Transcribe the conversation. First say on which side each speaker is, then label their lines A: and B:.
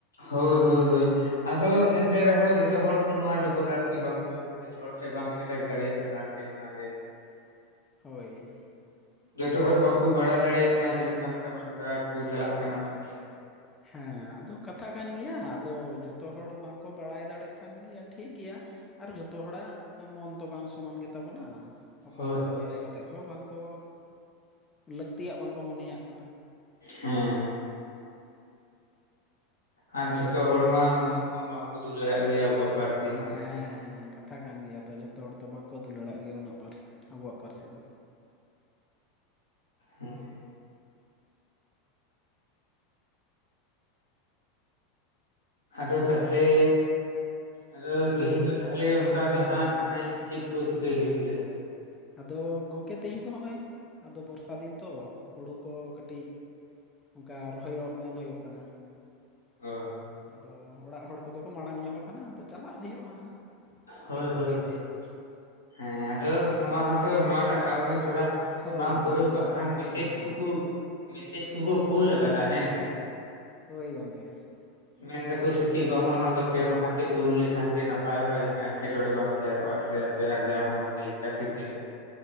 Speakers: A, on the left; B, on the left.
A: ᱦᱳᱭ ᱦᱳᱭ ᱦᱳᱭ ᱟᱫᱚ ᱮᱱᱛᱮ ᱨᱮᱦᱚᱸ ᱡᱚᱛᱚ ᱦᱚᱲ ᱠᱚ ᱱᱚᱣᱟ ᱰᱚᱜᱚᱨ ᱟᱨᱠᱤ ᱵᱟᱝᱠᱚ ᱡᱚᱛᱚ ᱦᱚᱲ ᱴᱷᱮ ᱵᱟᱝ ᱥᱮᱴᱮᱨ ᱫᱟᱲᱮᱭᱟᱜ ᱠᱟᱱᱟ ᱟᱨᱠᱤ ᱚᱱᱟᱜᱮ
B: ᱦᱳᱭ
A: ᱡᱚᱛᱚ ᱦᱚᱲ ᱵᱟᱠᱚ ᱵᱟᱲᱟᱭ ᱫᱟᱲᱮᱭᱟᱜ ᱠᱟᱱᱟ ᱡᱮ ᱱᱚᱠᱟᱱ ᱠᱟᱹᱢᱤ ᱦᱚᱨᱟ ᱠᱚ ᱪᱟᱞᱟᱜ ᱠᱟᱱᱟ ᱢᱮᱱᱛᱮ
B: ᱦᱮᱸ ᱟᱫᱚ ᱠᱟᱛᱷᱟ ᱠᱟᱱ ᱜᱮᱭᱟ ᱟᱫᱚ ᱡᱷᱚᱛᱚ ᱦᱚᱲ ᱵᱟᱝᱠᱚ ᱵᱟᱲᱟᱭ ᱫᱟᱲᱮᱜ ᱠᱟᱱ ᱜᱮᱭᱟ ᱴᱷᱤᱠ ᱜᱮᱭᱟ ᱟᱨ ᱡᱚᱛᱚ ᱦᱚᱲᱟᱜ ᱢᱚᱱ ᱛᱚ ᱵᱟᱝ ᱥᱚᱢᱟᱱ ᱜᱮᱛᱟ ᱵᱚᱱᱟ ᱚᱠᱚᱭ
A: ᱦᱳᱭ
B: ᱠᱚᱫᱚ
A: ᱦᱳᱭ
B: ᱵᱟᱲᱟᱭ
A: ᱦᱳᱭ
B: ᱠᱟᱛᱮᱜ ᱦᱚᱸ ᱵᱟᱝᱠᱚ ᱞᱟᱹᱠᱛᱤᱭᱟᱜ ᱵᱟᱝᱠᱚ ᱢᱚᱱᱮᱭᱟᱜ ᱠᱟᱱᱟ
A: ᱦᱩᱸ ᱟᱨ ᱡᱷᱚᱛᱚ ᱦᱚᱲ ᱢᱟ ᱩᱱᱟᱹᱜ ᱦᱚᱸ ᱵᱟᱝᱠᱚ ᱫᱩᱞᱟᱹᱲᱟᱜ ᱜᱮᱭᱟ ᱟᱵᱚᱣᱟᱜ ᱯᱟᱹᱨᱥᱤ ᱢᱟ
B: ᱦᱮᱸ
A: ᱱᱤᱛᱚᱜ ᱢᱟ
B: ᱦᱮᱸ ᱠᱟᱛᱷᱟ ᱠᱟᱱ ᱜᱮᱭᱟ ᱛᱚ ᱡᱷᱚᱛᱚ ᱦᱚᱲ ᱛᱚ ᱵᱟᱝᱠᱚ ᱫᱩᱞᱟᱹᱲᱟᱜ ᱜᱮᱭᱟ ᱩᱱᱟᱹᱜ ᱯᱟᱹᱨᱥᱤ ᱟᱵᱚᱣᱟᱜ ᱯᱟᱹᱨᱥᱤ ᱫᱚ
A: ᱦᱳᱭ ᱟᱫᱚ ᱛᱟᱦᱞᱮ ᱟᱫᱚ ᱛᱮᱦᱤᱧ ᱫᱚ ᱛᱟᱦᱞᱮ ᱚᱱᱠᱟ ᱫᱚ ᱦᱟᱸᱜ ᱢᱟᱱᱮ ᱪᱮᱫ ᱠᱚ ᱪᱤᱠᱟᱹᱭ ᱦᱩᱭᱩᱜ ᱜᱮᱭᱟ
B: ᱟᱫᱚ ᱜᱚᱢᱠᱮ ᱛᱮᱦᱮᱧ ᱫᱚ ᱦᱚᱜ-ᱚᱭ ᱟᱫᱚ ᱵᱚᱨᱥᱟ ᱫᱤᱱ ᱛᱚ ᱦᱳᱲᱳ ᱠᱚ ᱠᱟᱹᱴᱤᱡ ᱚᱝᱠᱟ ᱨᱚᱦᱚᱭᱚᱜ ᱢᱮᱱ ᱦᱳᱭᱳᱜ ᱠᱟᱱᱟ
A: ᱚ
B: ᱟᱫᱚ ᱚᱲᱟᱜ ᱦᱚᱲ ᱠᱚᱫᱚ ᱠᱚ ᱢᱟᱲᱟᱝ ᱧᱚᱜ ᱟᱠᱟᱱᱟ ᱟᱫᱚ ᱪᱟᱞᱟᱜ ᱦᱩᱭᱩᱜ-ᱟ ᱦᱟᱸᱜ
A: ᱦᱳᱭ
B: ᱠᱟᱹᱡ ᱯᱚᱨᱮ
A: ᱦᱳᱭ ᱦᱳᱭ
B: ᱜᱮ
A: ᱦᱮᱸ ᱟᱫᱚ ᱱᱚᱣᱟ ᱦᱚᱸᱛᱚ ᱱᱚᱣᱟᱴᱟᱜ ᱠᱟᱹᱢᱤ ᱦᱚᱸ ᱛᱷᱚᱲᱟ
B: ᱦᱳᱭ
A: ᱵᱟᱝ
B: ᱦᱳᱭ
A: ᱯᱩᱨᱟᱹᱣ
B: ᱱᱚᱣᱟᱴᱟᱜ
A: ᱠᱟᱜ ᱠᱷᱟᱱ
B: ᱠᱟᱹᱢᱤ
A: ᱢᱮᱥᱮᱡᱽ
B: ᱦᱮᱸ
A: ᱠᱩᱠᱩ ᱢᱮᱥᱮᱡᱽ ᱠᱩᱠᱩ ᱠᱩᱞ ᱟᱠᱟᱫᱟ ᱦᱮᱸᱥᱮ
B: ᱦᱳᱭ ᱜᱚᱝᱠᱮ
A: ᱢᱮᱱ ᱫᱟᱠᱚ ᱥᱮ ᱪᱮᱫ ᱵᱟᱝᱢᱟ ᱱᱚᱣᱟ ᱫᱚ ᱯᱮ ᱢᱟᱦᱟ ᱛᱮ ᱯᱩᱨᱟᱹᱣ ᱞᱮᱠᱷᱟᱱ ᱜᱮ ᱱᱟᱯᱟᱭ ᱡᱟᱦᱱᱟᱜ ᱮᱸᱴᱠᱮᱴᱚᱬᱮ ᱵᱟᱝ ᱛᱮᱭᱟᱨᱚᱜᱼᱟ ᱥᱮ ᱟᱯᱮ ᱟᱨᱡᱟᱣ ᱦᱚᱸ ᱵᱷᱟᱹᱜᱤ ᱞᱮᱠᱟ ᱥᱤᱨᱡᱟᱹᱜᱼᱟ